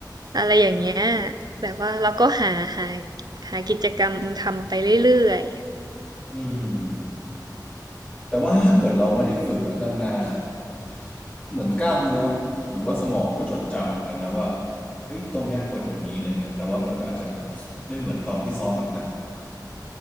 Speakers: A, on the right; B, on the left.
A: อะไรอย่างเงี้ยแบบว่าเราก็หาหาหากิจกรรมทำไปเรื่อย
B: อืมแต่ว่าถ้าเกิดเราไม่ได้ฝึกอะนานๆอ่ะเหมือนกล้ามเนื้อหรือว่าสมองก็จดจำเหมือนกันนะว่าเอ้ยตรงเนี้ยกดอย่างนี้อะไรเงี้ยแต่ว่ามันก็อาจจะไม่เหมือนตอนที่ซ้อมหนักๆอ่ะ